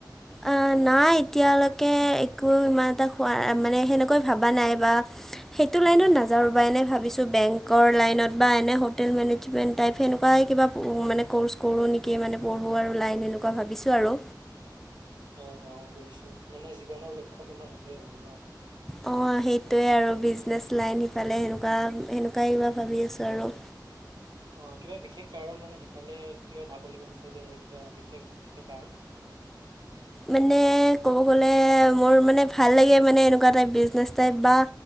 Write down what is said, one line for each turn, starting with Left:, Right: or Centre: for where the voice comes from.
Centre: আ, নাই এতিয়ালৈকে একো ইমান এটা খোৱা, মানে সেনেকৈ ভবা নাই বা সেইটো লাইনত নাযাওঁ ৰ, এনেই ভাবিছো বেংকৰ লাইনত বা এনে হোটেল মেনেজমেন্ট টাইপ সেনেকুৱাই কিবা, ও মানে ক'ৰ্চ কৰোঁ নেকি, মানে পঢ়োঁ আৰু লাইন এনেকুৱা ভাবিছোঁ আৰু
Right: অ', অ', বুজিছো, মানে জীৱনৰ লক্ষ্য, তোমাৰ সেইটোয়ে মানে ন।
Centre: অ', সেইটোৱে আৰু বিজনেছ লাইন, সিফালে সেনেকুৱা, সেনেকুৱাই কিবা ভাবি আছোঁ আৰু
Right: অ', কিবা বিশেষ কাৰণ, মানে সিফালে কিবা ঢাপলি মেলিছা যে মানে, কিবা বিশেষ কিবা কাৰণ
Centre: মানে, ক'ব গ'লে, মোৰ মানে ভাল লাগে, মানে এনেকুৱা টাইপ বিজনেছ টাইপ বা